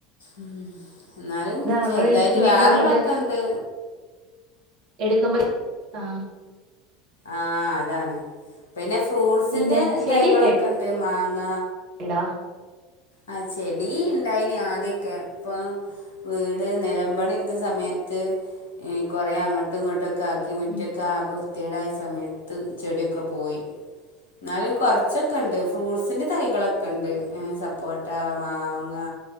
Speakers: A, on the left (about 65°); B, on the right (about 50°).
A: ഉ എന്നാലും
B: നമ്മള്
A: ചെറുതായിട്ട്
B: ചീനിയൊക്കെ
A: വേറെള്ള
B: ഇങ്ങോട്ട്
A: ഒക്കെണ്ട്
B: എടുക്കുമ്പ ആ
A: ആഹ്‌ അതാണ് പിന്നെ ഫ്രൂട്ട്സിന്റെ
B: പിന്നെ ചെടിയൊക്കെ
A: തൈകളൊക്കെ ഉണ്ട് മാങ്ങ
B: ണ്ടാ
A: ആ ചെടി ഇണ്ടായിന് ആദ്യൊക്കെ ഇപ്പൊ വീട് നിലമ്പണി എടുത്ത സമയത്ത് കുറെേ അങ്ങോട്ടും ഇങ്ങോട്ടുമൊക്കെ ആക്കി മുറ്റക്കെ
B: ഉം
A: ആകെ വൃത്തി യേടായ സമയത്ത് ചെടിയൊക്കെ പോയി എന്നാലും കുറച്ചൊക്കെ ഇണ്ട് ഫ്രൂട്ട്സിൻ്റെ തൈകളൊക്കെ ഉണ്ട് സപ്പോട്ട് പട്ട മാങ്ങ